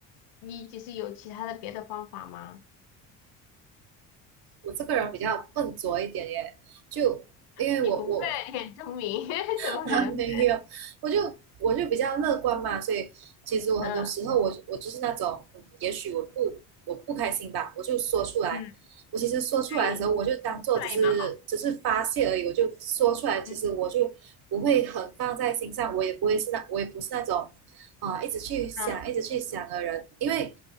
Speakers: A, on the left; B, on the right.
A: 你就是有其他的别的方法吗？
B: 我这个人比较笨拙一点耶，就因为我我
A: 你不会，你很聪明，<laughs> 怎么可能笨？
B: <laughs> 啊，没有，我就我就比较乐观嘛，所以其实我很多时候我我就是那种，
A: 嗯。
B: 嗯也许我不我不开心吧，我就说出来。
A: 嗯，
B: 我其实说出来的时候，
A: 对，
B: 我就当做只是只是发泄而已，
A: 这样也蛮好。
B: 我就说出来。其实我就不会很放在心上，
A: 嗯
B: 我也不会是那我也不是那种啊、一直去想一直去想的人，
A: 嗯，
B: 因为